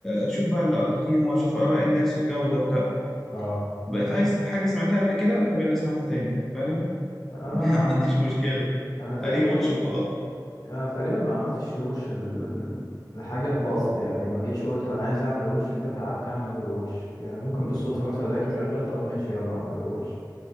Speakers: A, in the centre; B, on the left (about 55°).
A: اشوف بقى التقييم واشوف اراء الناس والجو ده لا
B: اه
A: بقيت عايز حاجه سمعتها قبل كده طب يلا اسمعها تاني فاهم
B: آه
A: <laughs> ما عنديش مشكله
B: انا تقريبا
A: ري واتش وخلاص
B: انا تقريبا ما عملتش ريوتش ال- لحاجة بقصد يعني ما جيتش قلت انا عايز اعمل ريوتش لده فقعدت اعمل له ريوتش يعني ممكن بالصدفة مثلا لقيته شغال طب ماشي يلا اعمل له ريوتش